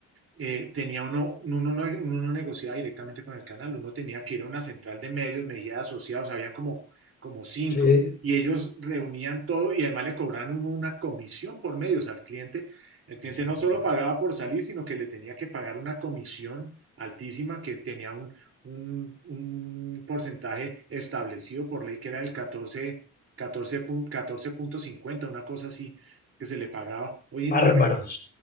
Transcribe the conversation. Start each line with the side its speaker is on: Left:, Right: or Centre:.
Right: eh, tenía uno, uno, no- uno no negociaba directamente con el canal, uno tenía que ir a una central de medios, Mejía Asociados, habían como, como cinco,
Left: Sí,
Right: y ellos reunían todo y además le cobraban uno una comisión por medios al cliente. El cliente
Left: exactamente.
Right: no solo pagaba por salir, sino que le tenía que pagar una comisión altísima que tenía un, un- un porcentaje establecido por ley que era del 14, 14 punto cincuenta una cosa así que se le pagaba. Hoy
Left: bárbaros.
Right: en día